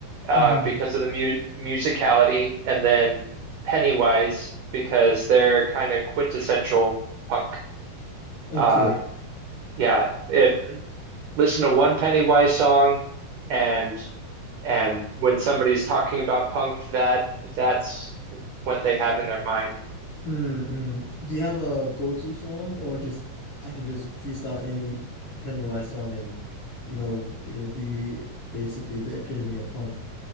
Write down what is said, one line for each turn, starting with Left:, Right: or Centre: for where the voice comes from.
Right: uh,
Left: hmm
Right: because of the mu musicality, and then Pennywise because they're kind of quintessential punk.
Left: Okay.
Right: Uh, yeah, it listen to one Pennywise song, and and when somebody's talking about punk, that that's what they have in their mind.
Left: Mm-mm. Do you have a go-to song or just I can just freestyle any Pennywise song and you know it'll be basically the epitome of punk.